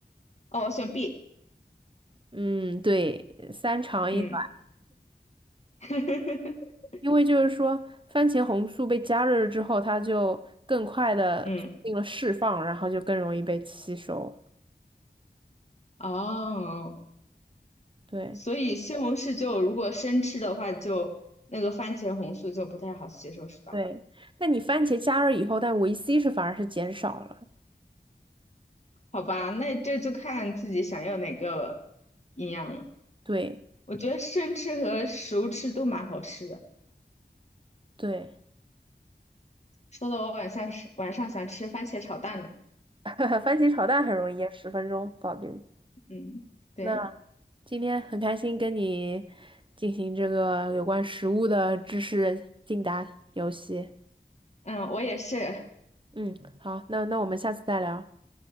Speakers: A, on the left; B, on the right.
A: 哦，我选 B。
B: 嗯，对，三长一。
A: 嗯。<laughs>
B: 因为就是说，番茄红素被加热了之后，它就更快的促进了释放，
A: 嗯，
B: 然后就更容易被吸收。
A: 哦，
B: 对
A: 所以西红柿就如果生吃的话就，那个番茄红素就不太好吸收，是吧？
B: 对，那你番茄加热以后，但维 C 是反而是减少了。
A: 好吧，那这就看自己想要哪个营养了。
B: 对
A: 我觉得生吃和熟吃都蛮好吃的，
B: 对，
A: 说的我晚上是晚上想吃番茄炒蛋呢。
B: <laughs> 番茄炒蛋很容易耶十分钟搞定。
A: 嗯，对，
B: 那今天很开心跟你进行这个有关食物的知识竞答游戏。
A: 嗯，我也是。
B: 嗯，好，那那我们下次再聊，